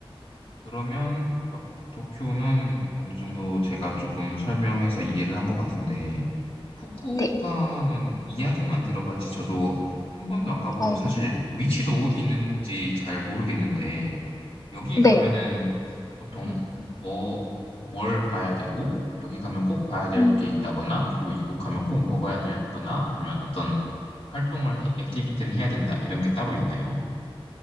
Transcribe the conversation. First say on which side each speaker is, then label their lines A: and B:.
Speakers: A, on the left; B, on the left.
A: 그러면 막 도쿄는 어느 정도 제가 조금 설명해서 이해를 한 것 같은데 후쿠오카는
B: 네.
A: 이야기만 들어봤지 저도 한 번도 안 가보고
B: 어,
A: 사실 위치도 어디 있는지 잘 모르겠는데 여기
B: 네.
A: 가면은 보통
B: 음.
A: 어, 뭘 봐야 되고 여기 가면 꼭 봐야 될
B: 음.
A: 게 있다거나 그리고 이곳 가면 꼭 먹어야 될 거나 아니면 어떤 활동을 해- 액티비티를 해야 된다 이런 게 따로 있나요?